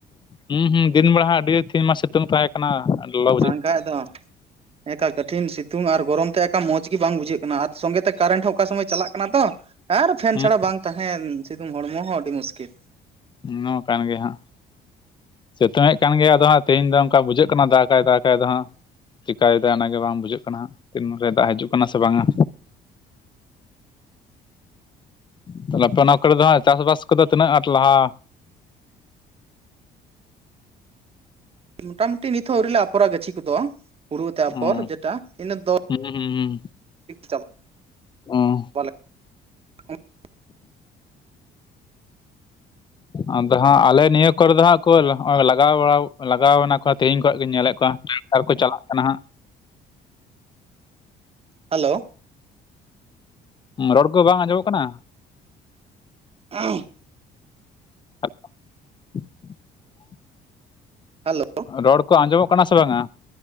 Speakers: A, on the left; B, on the right.
A: ᱦᱩᱸ ᱦᱩᱸ ᱫᱤᱱ ᱵᱮᱲᱟ ᱟᱹᱰᱤ ᱛᱷᱤ ᱢᱟ ᱥᱤᱛᱩᱝ ᱛᱟᱹᱦᱮ ᱠᱟᱱᱟ ᱞᱚᱵ
B: ᱥᱟᱝ ᱠᱟᱡᱽ ᱫᱚ ᱦᱮᱸ ᱛᱚ ᱠᱟᱴᱷᱤᱱ ᱥᱤᱛᱩᱝ ᱟᱨ ᱜᱚᱨᱚᱢ ᱛᱮ ᱮᱠᱟ ᱢᱚᱸᱡᱽ ᱜᱮ ᱵᱟᱝ ᱵᱩᱡᱷᱟᱹᱜ ᱠᱟᱱᱟ ᱟᱨ ᱥᱚᱸᱝᱜᱮ ᱛᱮ ᱠᱟᱨᱮᱱᱴ ᱦᱚᱸ ᱚᱠᱟ ᱥᱚᱢᱚᱭ ᱪᱟᱞᱟᱜ ᱠᱟᱱᱟ ᱛᱚ᱾ ᱟᱨ ᱯᱷᱮᱱ
A: ᱦᱟᱸᱜ
B: ᱪᱷᱟᱲᱟ ᱵᱟᱝ ᱛᱟᱦᱮᱱ ᱥᱤᱛᱩᱝ ᱦᱚᱲᱢᱚ ᱦᱚᱸ ᱟᱹᱰᱤ ᱢᱩᱥᱠᱤᱞ
A: ᱱᱚᱭᱟ ᱠᱟᱱ ᱜᱮᱭᱟ ᱦᱟᱸᱜ ᱥᱤᱛᱩᱝᱮᱫ ᱠᱟᱱ ᱜᱮᱭᱟ ᱟᱫᱚ ᱦᱟᱸᱜ ᱛᱮᱦᱮᱧ ᱫᱚ ᱚᱱᱠᱟ ᱵᱩᱡᱷᱟᱹᱜ ᱠᱟᱱᱟ ᱫᱟᱜᱟᱭ ᱫᱟᱜᱟᱭ ᱟᱫᱚ ᱦᱟᱸᱜ ᱪᱤᱠᱟᱭ ᱫᱟ ᱚᱱᱟᱜᱮ ᱵᱟᱝ ᱵᱩᱡᱷᱟᱹᱜ ᱠᱟᱱᱟ ᱦᱟᱸᱜ ᱛᱤᱱ ᱨᱮ ᱫᱟᱜᱽ ᱦᱤᱡᱩᱜ ᱠᱟᱱᱟ ᱥᱮ ᱵᱟᱝ ᱟ ᱛᱟᱦᱮᱞᱮ ᱱᱟᱯᱮ ᱱᱟ ᱠᱚᱨᱮ ᱫᱚ ᱦᱟᱸᱜ ᱪᱟᱥᱵᱟᱥ ᱠᱚᱫᱚ ᱛᱤᱱᱟᱹᱜ ᱟᱸᱴ ᱞᱟᱦᱟ
B: ᱢᱩᱴᱟᱢᱩᱴᱤ ᱱᱤᱛᱦᱚᱸ ᱟᱹᱣᱨᱤ ᱟᱯᱷᱚᱨᱟ ᱜᱟᱹᱪᱷᱤ ᱠᱚᱫᱚ ᱦᱩᱲᱩ ᱛᱟᱨᱯᱚᱨ
A: ᱦᱩᱸ
B: ᱡᱮᱴᱟ ᱤᱱᱟᱹ ᱫᱚ
A: ᱦᱩᱸ ᱦᱩᱸ
B: ᱪᱟᱵᱟᱜ
A: ᱦᱩᱸ
B: ᱯᱟᱞᱮᱜ <inaudible>
A: ᱟᱫᱚ ᱦᱟᱸᱜ ᱟᱞᱮ ᱱᱤᱭᱟᱹ ᱠᱚᱨᱮ ᱫᱚ ᱦᱟᱸᱜ ᱠᱚᱸᱦᱚᱸ ᱞᱟᱜᱟᱣ ᱵᱟᱲᱟᱣ ᱞᱟᱜᱟᱣ ᱮᱱᱟᱠᱚ ᱛᱮᱦᱮᱧ ᱠᱷᱚᱡ ᱜᱤᱧ ᱧᱮᱞᱮᱫ ᱠᱚᱣᱟ ᱟᱨᱠᱚ ᱪᱟᱞᱟᱜ ᱠᱟᱱᱟ ᱦᱟᱸᱜ ᱾
B: ᱦᱮᱞᱳ
A: ᱨᱚᱲ ᱠᱚ ᱵᱟᱝ ᱟᱸᱡᱚᱢᱚᱜ ᱠᱟᱱᱟ ᱾
B: <unintelligible>
A: <inaudible>
B: ᱦᱮᱞᱳ
A: ᱨᱚᱚᱲ ᱠᱚ ᱟᱸᱡᱚᱢᱚᱜ ᱠᱟᱱᱟ ᱥᱮ ᱵᱟᱝᱼᱟ?